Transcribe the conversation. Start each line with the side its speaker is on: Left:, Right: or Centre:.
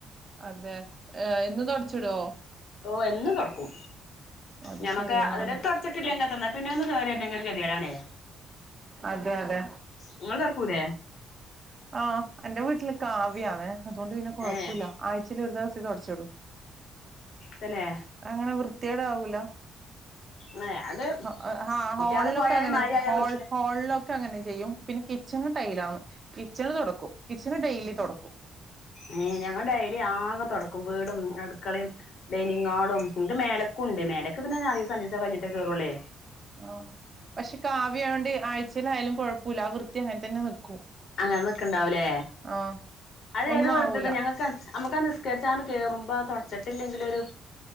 Right: അതെ. എന്നും തൊടച്ചിടൊ?
Left: ഓ എന്നും തൊടക്കും.
Right: അത്
Left: ഞമ്മക്ക്
Right: ശരി
Left: അതില
Right: ആ
Left: തൊ ടച്ചിട്ടില്ലെങ്കി എതന്നാ പിന്നെ ഒന്ന് കേയറിണ്ടെങ്കി ഒരു ഗതിയാടാണേ.
Right: അതെ, അതെ.
Left: ഇങ്ങള് തൊടക്കൂലേ?
Right: ആഹ് എന്റെ വീട്ടില് കാവിആണ്. അതോണ്ട് പിന്നെ കൊഴപ്പുല്ല
Left: ഏഹ്
Right: ആഴ്ചേൽ ഒരു ദെവസേ തൊടച്ചിടൂ.
Left: തന്നെ
Right: അങ്ങനെ വൃത്തികേട് ആവൂല.
Left: ങയ് അത്
Right: ഹൊ എ ആഹ്
Left: കുട്ട്യാള്
Right: ഹോളിലൊക്കെ
Left: പോയാലും
Right: അങ്ങനെ
Left: മഴയായ
Right: ചീയാ ഹോൾ.
Left: വൃത്തി
Right: ഹോളിലൊക്കെ അങ്ങനെ ചെയ്യും. പിന്നെ കിച്ചണ് ടൈലാന്ന്. കിച്ചണ് തൊടക്കും, കിച്ചണ് ഡെയ്ലി തൊടക്കും.
Left: ഏഹ് ഞങ്ങൾ ഡെയ്ലി ആകെ തൊടക്കും. വീടും അടുക്കളേം. ഡൈനിംങ്ങാളും ങ്ങക്ക് മേലക്കുണ്ടേ. മേലക്ക് പിന്നെ ഞാലുസേ, അഞ്ചുസ കഴിഞ്ഞിട്ടേ കേറൂളേ.
Right: ആഹ് പക്ഷെ കാവി ആയോണ്ട് ആഴ്‌ചേലായാലും കൊഴപ്പുല്ല. ആ വൃത്തി അങ്ങനെ തന്നെ നിക്കും.
Left: അങ്ങനെ നിക്കുണ്ടാവുലേ
Right: ആ
Left: അത് ഏത്
Right: ഒന്നും
Left: വൃത്തിത്ത
Right: ആവൂല
Left: ഞങ്ങക്ക് അ നമുക്ക് ആ നിസ്കരിച്ചാണ്ട് കേറുമ്പോ തൊടച്ചിട്ടില്ലെങ്കിലൊരു